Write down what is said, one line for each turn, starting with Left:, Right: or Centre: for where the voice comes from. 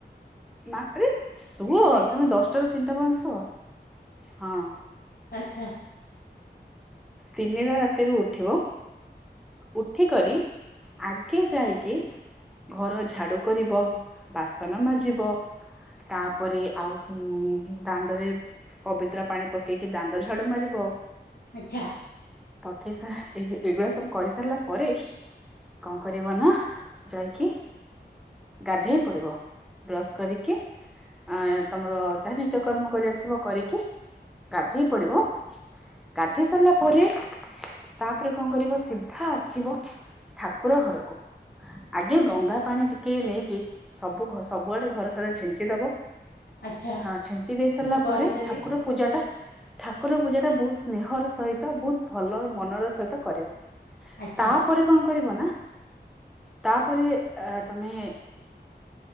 Centre: ନାଁ ଫେରେ ସୁଅ ତମେ ଦଶ୍ଟା ରୁ ତିନ୍ଟା ପର୍ଯ୍ୟନ୍ତ ଶୁଅ ହଁ।
Left: ଆଚ୍ଛା।
Centre: ତିନିଟା ରାତିରୁ ଉଠିବ? ଉଠିକରି ଆଗେ ଯାଇକି ଘର ଝାଡୁ କରିବ, ବାସନ ମାଜିବ। ତାପରେ ଆଉ ଉଁ-ଦାଣ୍ଡରେ ପବିତ୍ରା ପାଣି ପକେଇକି ଦାଣ୍ଡ ଝାଡୁ ମାରିବ।
Left: ଆଚ୍ଛା।
Centre: ପକେଇସା ଏ ଏଇଗୁଡା ସବୁ କରି ସାରିଲା ପରେ କଣ କରିବ ନା ଯାଇକି ଗାଧେଇ ପଡିବ, ବ୍ରସ୍ କରିକି ଆ ତମର ଯାହା ନିତ୍ୟକର୍ମ କରିବାର ଥିବ କରିକି ଗାଧେଇ ପଡିବ। ଗାଧେଇ ସାରିଲା ପରେ, ତାପରେ କଣ କରିବ ସିଧା ଆସିବ ଠାକୁର ଘରକୁ। ଆଗେ ଗଙ୍ଗା ପାଣି ଟିକେ ନେଇକି ସବୁ ଘ ସବୁଆଡେ ଘର ସାରା ଛିଞ୍ଚି ଦବ।
Left: ଆଚ୍ଛା
Centre: ହଁ ଛିଞ୍ଚି ଦେଇ ସାରିଲା
Left: ମୁଁ କରିଦେଲି
Centre: ପରେ ଠାକୁର ପୂଜା ଟା ଠାକୁର ପୂଜା ଟା ବହୁତ ସ୍ନେହ ର ସହିତ ବହୁତ ଭଲ ମନର ସହିତ କରିବ
Left: ଆଚ୍ଛା
Centre: ତା ଉପରେ କଁ କରିବ ନା ତାପରେ ତମେ